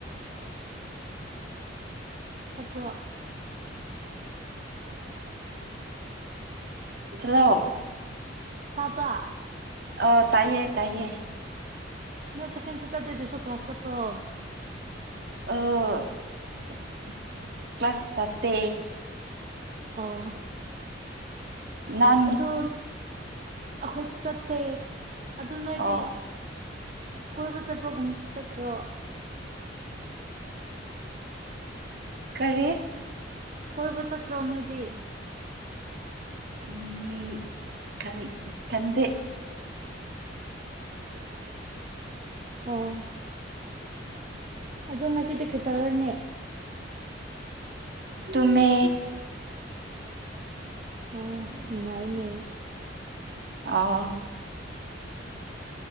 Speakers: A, on the right; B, on the right.
A: ꯄ꯭ꯔꯣ
B: ꯍꯜꯂꯣ
A: ꯇꯥꯕ꯭ꯔꯥ
B: ꯑꯥꯎ ꯇꯥꯏꯌꯦ ꯇꯥꯏꯌꯦ
A: ꯅꯣꯏ ꯁꯦꯀꯦꯟ ꯁꯦꯇꯔꯗꯦꯗꯨꯁꯨ ꯀ꯭ꯂꯥꯁ ꯆꯠꯄ꯭ꯔꯣ
B: ꯑꯁ ꯀ꯭ꯂꯥꯁ ꯆꯠꯇꯦ
A: ꯑꯣ
B: <unintelligible>
A: ꯑꯗꯨ ꯑꯩꯈꯣꯏꯁꯨ ꯆꯠꯇꯦ ꯑꯗꯨ ꯅꯣꯏꯗꯤ
B: ꯑꯣ
A: ꯀꯣꯏꯕ ꯆꯠꯄꯒꯨꯝꯕꯁꯨ ꯆꯠꯇ꯭ꯔꯣ
B: ꯀꯔꯤ
A: ꯀꯣꯏꯕ ꯆꯠꯇ꯭ꯔꯣ ꯅꯣꯏꯗꯤ
B: <inaudible> ꯎꯝ ꯈꯟ ꯈꯟꯗꯦ
A: ꯑꯣ ꯑꯗꯣ ꯉꯁꯤꯗꯤ ꯀꯩꯇꯧꯔꯅꯤ
B: ꯇꯨꯝꯃꯦ
A: ꯑꯣ ꯅꯨꯡꯉꯥꯏꯅꯦ
B: ꯑꯣ